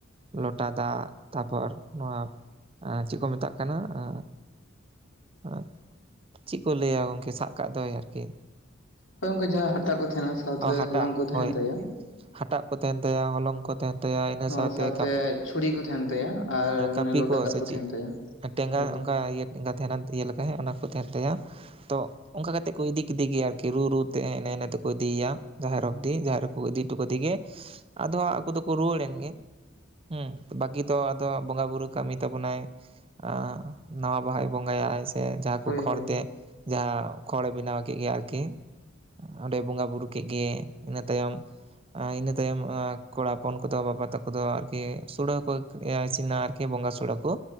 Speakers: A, on the right (about 25°); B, on the left (about 70°).
A: ᱞᱚᱴᱟ ᱫᱟᱜ ᱛᱟᱯᱚᱨ ᱱᱚᱣᱟ ᱪᱮᱫ ᱠᱚ ᱢᱮᱛᱟᱜ ᱠᱟᱱᱟ ᱟ ᱟᱨ ᱪᱮᱫ ᱠᱚ ᱞᱟᱹᱭᱟ ᱜᱚᱝᱠᱮ ᱥᱟᱜ ᱠᱟᱜ ᱫᱚᱭ ᱟᱨᱠᱤ
B: ᱦᱳᱭ ᱚᱱᱠᱟ ᱡᱟᱦᱟᱸ ᱦᱟᱴᱟᱜ ᱠᱚ ᱛᱟᱦᱮᱱᱟ ᱥᱟᱣᱛᱮ
A: ᱦᱟᱴᱟᱜ
B: ᱦᱚᱞᱚᱝ ᱠᱚ ᱛᱟᱦᱮᱱ
A: ᱦᱳᱭ
B: ᱛᱟᱭᱟ
A: ᱦᱟᱴᱟᱜ ᱠᱚ ᱛᱟᱦᱮᱱ ᱛᱟᱭᱟ ᱦᱚᱞᱚᱝ ᱠᱚ ᱛᱟᱦᱮᱱ ᱛᱟᱭᱟ ᱤᱱᱟᱹ
B: ᱦᱳᱭ
A: ᱥᱟᱶᱛᱮ
B: ᱥᱟᱣᱛᱮ
A: ᱠᱟᱹᱯᱤ
B: ᱪᱷᱩᱲᱤ ᱠᱚ ᱛᱟᱦᱮᱱ ᱛᱟᱭᱟ ᱟᱨ ᱢᱟᱱᱮ
A: ᱠᱟᱹᱯᱤ
B: ᱞᱚᱴᱟ ᱫᱟᱜ
A: ᱥᱮ
B: ᱠᱚ
A: ᱪᱮᱫ
B: ᱛᱟᱦᱮᱱ ᱛᱟᱭᱟ
A: ᱴᱮᱸᱜᱟ
B: ᱦᱳᱭ ᱦᱳᱭ
A: ᱚᱱᱠᱟ ᱤᱭᱟᱹ ᱴᱮᱸᱜᱟ ᱛᱟᱦᱮᱱᱟ ᱤᱭᱟᱹ ᱞᱮᱠᱟ ᱦᱮᱸ ᱚᱱᱟ ᱠᱚ ᱛᱟᱦᱮᱱ ᱛᱟᱭᱟ ᱛᱚ ᱚᱱᱠᱟ ᱠᱟᱛᱮᱜ ᱠᱚ ᱤᱫᱤ ᱠᱤᱫᱮ ᱜᱮᱭᱟ ᱟᱨᱠᱤ ᱨᱩ ᱨᱩ ᱛᱮ ᱮᱸ ᱮᱱᱮᱡ ᱮᱱᱮᱡ ᱛᱮᱠᱚ ᱤᱫᱤᱭᱮᱭᱟ ᱡᱟᱦᱮᱨ ᱚᱵᱽᱫᱤ ᱡᱟᱦᱮᱨ ᱨᱮ ᱠᱚ ᱤᱫᱤ ᱦᱚᱴᱚ ᱠᱟᱫᱮ ᱜᱮ ᱟᱫᱚ ᱦᱟᱸᱜ ᱟᱠᱩ ᱫᱚᱠᱚ ᱨᱩᱣᱟᱹᱲ ᱮᱱ ᱜᱮ ᱦᱩᱸ ᱵᱟᱠᱤ ᱛᱚ ᱟᱫᱚ ᱵᱚᱸᱜᱟ ᱵᱩᱨᱩ ᱠᱟᱹᱢᱤ ᱛᱟᱵᱚᱱᱟᱭ ᱟ ᱱᱟᱣᱟ ᱵᱟᱦᱟᱭ ᱵᱚᱸᱜᱟᱭᱟᱭ, ᱥᱮ ᱡᱟᱦᱟᱸ ᱠᱚ
B: ᱦᱳᱭ
A: ᱠᱷᱚᱲ ᱛᱮ ᱡᱟᱦᱟᱸ ᱠᱷᱚᱲ ᱮ ᱵᱮᱱᱟᱣ ᱠᱮᱜ ᱜᱮᱭᱟ ᱟᱨᱠᱤ ᱚᱸᱰᱮᱭ ᱵᱚᱸᱜᱟ ᱵᱩᱨᱩ ᱠᱮᱜ ᱜᱮ ᱤᱱᱟᱹ ᱛᱟᱭᱚᱢ ᱟᱸ ᱤᱱᱟᱹ ᱛᱟᱭᱚᱢ ᱟᱸ ᱠᱚᱲᱟ ᱦᱚᱯᱚᱱ ᱠᱚᱫᱚ ᱵᱟᱵᱟ ᱛᱟᱠᱚ ᱫᱚ ᱟᱨᱠᱤ ᱥᱩᱲᱟᱹ ᱠᱚ ᱮ ᱤᱥᱤᱱᱟ ᱟᱨᱠᱤ ᱵᱚᱸᱜᱟ ᱥᱩᱲᱟᱹ ᱠᱩ